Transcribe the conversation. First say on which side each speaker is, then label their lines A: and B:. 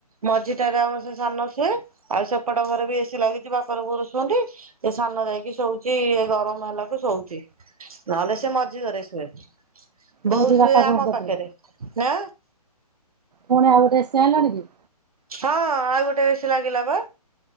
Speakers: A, on the right; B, on the right.
A: ମଝିଟାରେ ଆମ ସେ ସାନ ଶୁଏ ଆଉ ସେପଟ ଘରେ ବି ଏସି ଲାଗିଛି ବାପର ବୋଉର ଶୁଅନ୍ତି। ଏ ସାନ ଯାଇକି ଶୋଉଛି ଏ ଗରମ ହେଲାକୁ ଶୋଉଛି ନହେଲେ ସେ ମଝି ଘରେ ଶୁଏ। ବୋଉ
B: କୋଉଠି
A: ଶୁଏ
B: ବାପା
A: ଆମ
B: ବୋଉ କତିରେ।
A: ପାଖରେ ନା
B: ପୁଣି ଆଉ ଗୋଟେ ଏସି ଆଣିଲଣି କି?
A: ହଁ ଆଉ ଗୋଟେ ଏସି ଲାଗିଲା ବା